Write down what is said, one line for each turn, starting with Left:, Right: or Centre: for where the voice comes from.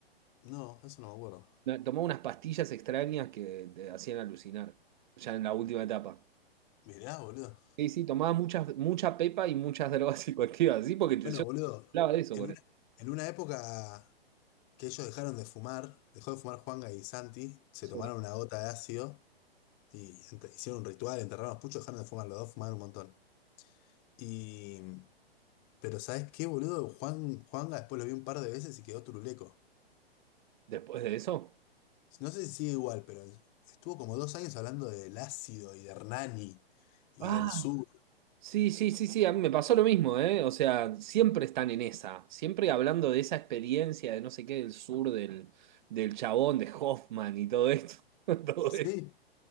Left: No, eso no me acuerdo.
Right: No, Tomaba unas pastillas extrañas que te hacían alucinar, ya en la última etapa.
Left: Mirá, boludo.
Right: Sí, sí, tomaba muchas, mucha pepa y muchas drogas <laughs> psicoactivas, sí, porque te-
Left: Bueno,
Right: yo
Left: boludo,
Right: hablaba de eso
Left: en
Right: con
Left: una,
Right: él.
Left: en una época que ellos dejaron de fumar, dejó de fumar Juanga y Santi, se
Right: Sí.
Left: tomaron una gota de ácido y ent- hicieron un ritual, enterraron los puchos, dejaron de fumar, los dos fumaron un montón. Y, pero ¿sabés qué, boludo? Juan, Juanga después lo vi un par de veces y quedó turuleco.
Right: Después de eso.
Left: No sé si sigue igual, pero estuvo como dos años hablando del ácido y de Hernani y
Right: Ah,
Left: del sur.
Right: sí, sí, sí, sí, a mí me pasó lo mismo, ¿eh? O sea, siempre están en esa, siempre hablando de esa experiencia de no sé qué del sur, del, del chabón, de Hoffman y todo esto. <laughs> Todo
Left: Sí,
Right: esto.